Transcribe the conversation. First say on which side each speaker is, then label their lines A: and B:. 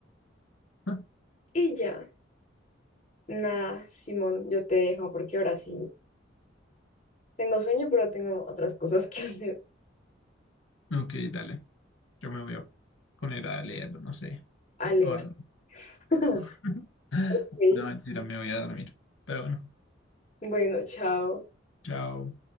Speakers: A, on the left; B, on the left.
A: <laughs>
B: Y ya, nada, Simón, yo te dejo porque ahora sí tengo sueño, pero tengo otras cosas <laughs> que hacer.
A: Ah, Ok, dale. Yo me voy a poner a leer, no sé,
B: Alegro.
A: o algo.
B: <laughs>
A: <laughs>
B: Ok.
A: No, mentira, me voy a dormir. Pero bueno,
B: Bueno, chao.
A: chao.